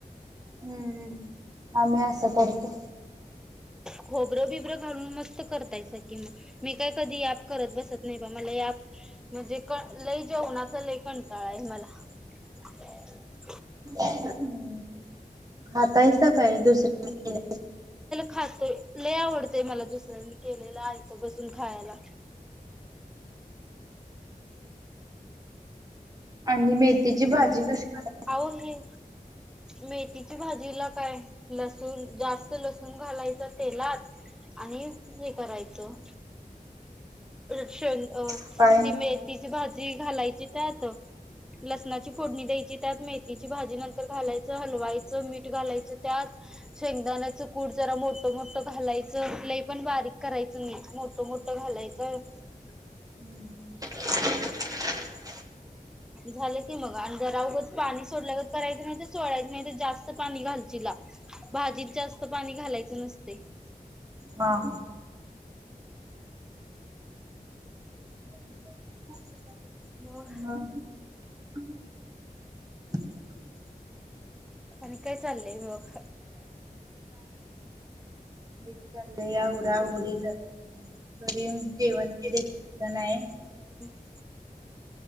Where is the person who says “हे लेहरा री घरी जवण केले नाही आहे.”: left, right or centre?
Right